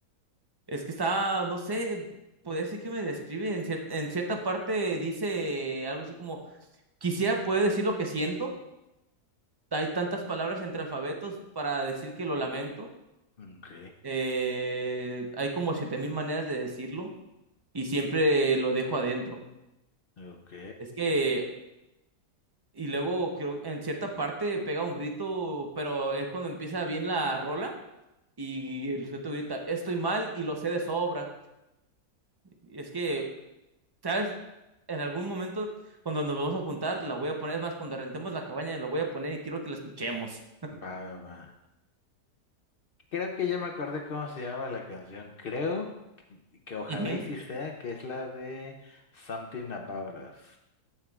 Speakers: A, on the right; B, on the left.
A: Es que está. No sé. Podría decir que me describe. En, cier- en cierta parte dice algo así como: Quisiera poder decir lo que siento. Hay tantas palabras entre alfabetos para decir que lo lamento.
B: Ok,
A: eh, hay como siete mil maneras de decirlo y siempre lo dejo adentro.
B: ok.
A: Es que, y luego creo en cierta parte pega un grito, pero es cuando empieza bien la rola y el sujeto grita, estoy mal y lo sé de sobra. Y es que, ¿sabes? En algún momento, cuando nos vamos a juntar, la voy a poner, es más, cuando rentemos la cabaña, la voy a poner y quiero que la escuchemos.
B: Va, va, va. Creo que ya me acordé cómo se llama la canción. Creo. que ojalá
A: Ujú.
B: y sí sea, que es la de Something About Us.